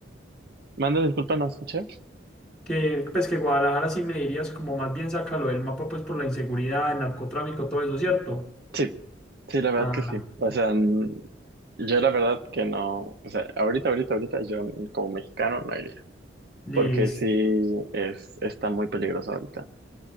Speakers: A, on the right (about 55°); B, in the centre.
A: Manda disculpa, ¿no escuché?
B: Que pues que Guadalajara sí me dirías como más bien sácalo del mapa pues por la inseguridad, el narcotráfico, todo eso, ¿cierto?
A: Sí, sí, la verdad
B: Ah,
A: que sí. O sea, n- yo la verdad que no... O sea, ahorita, ahorita, ahorita, yo como mexicano no iría.
B: listo.
A: Porque sí, es, está muy peligroso ahorita.